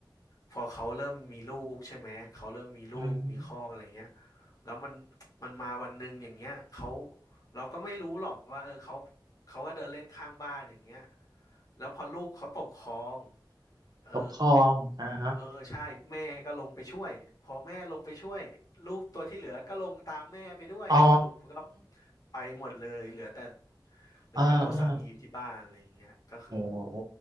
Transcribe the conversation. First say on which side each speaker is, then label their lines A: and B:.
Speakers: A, on the left (about 45°); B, on the right (about 55°).
A: พอเขาเริ่มมีลูกใช่ไหมเขาเริ่มมีลูกมีครอกอะไรเงี้ย
B: อืม
A: แล้วมันมันมาวันหนึ่งอย่างเงี้ยเขาเราก็ไม่รู้หรอกว่าเออเขาเขาก็เดินเล่นข้างบ้านอย่างเงี้ยแล้วพอลูกเขาตกคลองเออ
B: ปกครองนะฮะ
A: เออใช่แม่ก็ลงไปช่วยพอแม่ลงไปช่วยลูกตัวที่เหลือก็ลงตามแม่ไปด้วยสรุปก็
B: อ๋อ
A: ไปหมดเลยเหลือแต่เหลือแต่ตัวสามีอยู่ที่บ้านอะไรอย่างเงี้ยก็คือ
B: อ่าอ่าโอ้โห